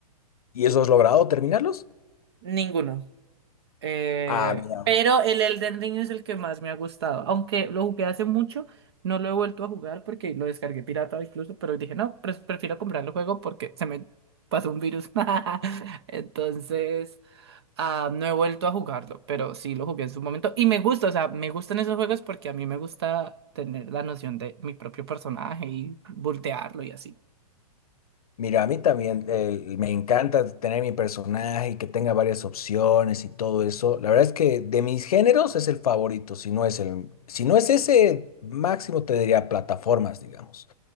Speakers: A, on the left; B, on the right.
A: ¿Y eso has logrado terminarlos?
B: Ninguno. Eh,
A: Ah, mira,
B: pero el Elden Ring es el que más me ha gustado. Aunque lo jugué hace mucho, no lo he vuelto a jugar porque lo descargué pirata incluso, pero dije, no, pre- prefiero comprar el juego porque se me pasó un virus. <laughs> Entonces... Ah, no he vuelto a jugarlo, pero sí lo jugué en su momento. Y me gusta, o sea, me gustan esos juegos porque a mí me gusta tener la noción de mi propio personaje y voltearlo y así.
A: mira, a mí también eh, me encanta tener mi personaje y que tenga varias opciones y todo eso. La verdad es que de mis géneros es el favorito, si no es el, si no es ese máximo te diría plataformas, digamos.